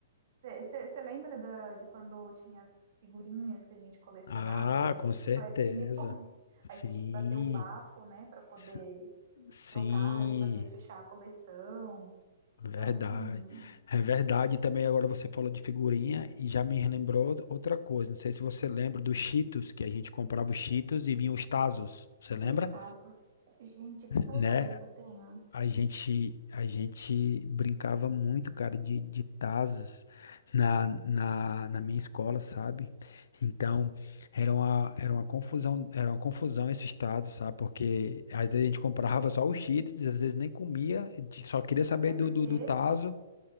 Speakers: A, on the right; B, on the left.
A: Você lembra da, de quando tinha as figurinhas que a gente colecionava
B: Ah,
A: do,
B: com
A: do
B: certeza.
A: chiclete ping-pong? <laughs>
B: Sim,
A: Aí você tinha que bater o bafo, né, para poder
B: s- sim,
A: trocar e fazer fechar a coleção.
B: verdade.
A: Então, assim,
B: É verdade. Também agora você falou de figurinha e já me relembrou outra outra coisa. Não sei se você lembra dos Cheetos, que a gente comprava os Cheetos e vinham os Tazos. Você lembra?
A: os casos. Gente, que saudade
B: Né?
A: que eu tenho
B: A gente, a gente brincava muito, cara, de, de tazos na, na, na minha escola, sabe? Então, era uma, era uma confusão, era uma confusão esses tazos, sabe? Porque às vezes a gente comprava só os Cheetos, às vezes nem comia, de- só queria saber
A: Até porque,
B: do, do, do tazo.